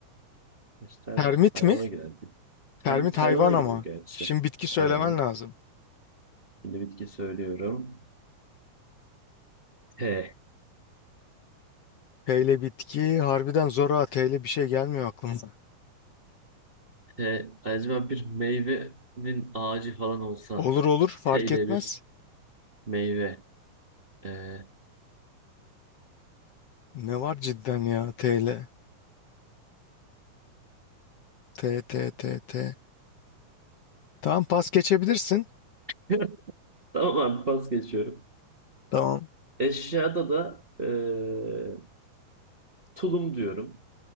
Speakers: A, on the right (about 30°); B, on the left (about 70°).
A: Gerçi termit
B: Termit
A: hayvana
B: mi?
A: girer.
B: Termit
A: Termit
B: hayvan
A: hayvana
B: ama.
A: giriyor gerçi.
B: Şimdi bitki söylemen
A: Aynen.
B: lazım.
A: Şimdi bitki söylüyorum. T.
B: P ile bitki harbiden zor ha. T ile bir şey gelmiyor aklıma.
A: T. Acaba bir meyvenin ağacı falan olsa.
B: Olur olur fark
A: T ile
B: etmez.
A: bir meyve. Eee,
B: Ne var cidden ya TL. T T T T. Tamam pas geçebilirsin.
A: <laughs> tamam abi pas geçiyorum.
B: Tamam.
A: Eşyada da eee, tulum diyorum.